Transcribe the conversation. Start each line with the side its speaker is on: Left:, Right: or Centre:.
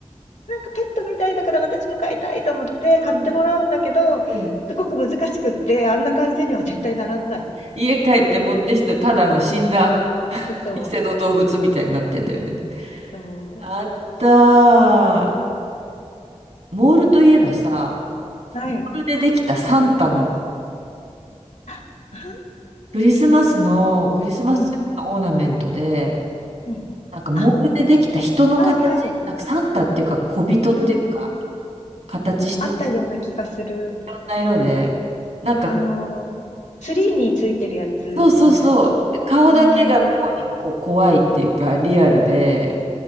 Left: なんかペットみたいだから私も飼いたいと思って買ってもらうんだけど、
Right: うん。うん。
Left: すごく難しくって、あんな感じには絶対ならない。
Right: 家帰って持ってきて、ただあの死んだ
Left: そうそう。
Right: 偽の動物みたいになってんだよね。
Left: そ
Right: あったー。モールといえばさ、
Left: う、うん、はい。
Right: モールでできたサンタの、
Left: あ、あ
Right: クリスマスの、クリスマスツリーのオーナメントで、
Left: うん、うん。
Right: なんかモールでできた人の形、
Left: あ、はいはい。
Right: なんかサンタっていうか小人っていうか、
Left: うん。
Right: 形してて、
Left: あったような気がする。
Right: いろんな色で、なんか、
Left: あの、ツリーについてるやつみたいな
Right: そうそうそう、顔だけが妙にこう怖いっていうか、
Left: うん。
Right: リアルで、